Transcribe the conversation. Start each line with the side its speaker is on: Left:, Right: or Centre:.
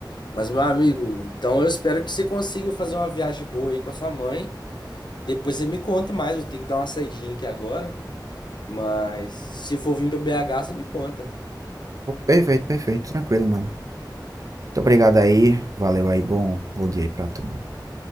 Left: Mas, meu amigo, então eu espero que você consiga fazer uma viagem boa aí com a sua mãe. Depois você me conta mais, eu tenho que dar uma saidinha aqui agora. Mas se você for vir para BH, você me conta.
Right: Pô, perfeito, perfeito, tranquilo, mano. Muito obrigado aí, valeu aí, bom, bom dia aí pra tu, mano.